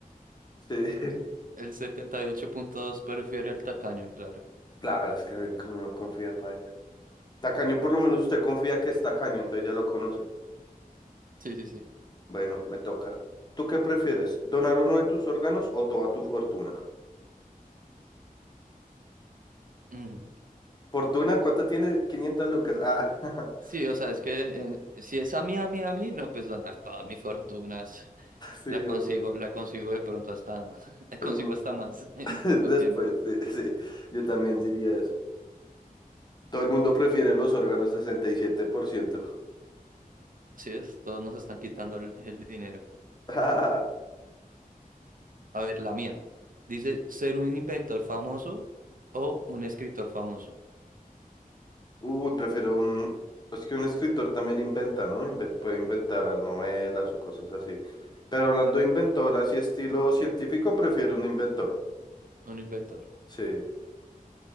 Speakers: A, on the left; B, on the right.
A: Sí, <laughs>
B: El setenta y ocho punto dos prefiere al tacaño, claro.
A: claro, es que alguien que uno no confía, para Tacaño, por lo menos usted confía que es tacaño, entonces ya lo conoce.
B: Sí, sí, sí.
A: Bueno, me toca. ¿Tú qué prefieres? ¿Donar uno de tus órganos o toda tu fortuna?
B: Mm.
A: ¿Fortuna? ¿Cuánto tiene? quinientas lucas. Ah, <laughs>
B: Sí, o sea, es que eh, si es a mí, a mí, a mí, no, pues donar todas mis fortunas.
A: sí,
B: La consigo,
A: obvio.
B: la consigo de pronto hasta, <laughs> la
A: Es
B: consigo
A: mu-
B: hasta más <laughs> en
A: <laughs>
B: poco
A: Después,
B: tiempo.
A: sí, sí, yo también diría eso. Todo el mundo prefiere los órganos, sesenta y siete por ciento
B: Así es, todos nos están quitando el, el dinero.
A: <laughs>
B: A ver, la mía. Dice, ser un inventor famoso o un escritor famoso.
A: Uy, prefiero un... Es que un escritor también inventa, ¿no? Inven- puede inventar novelas o cosas así. Pero hablando de inventor, así estilo científico, prefiero un inventor.
B: Un inventor.
A: Sí,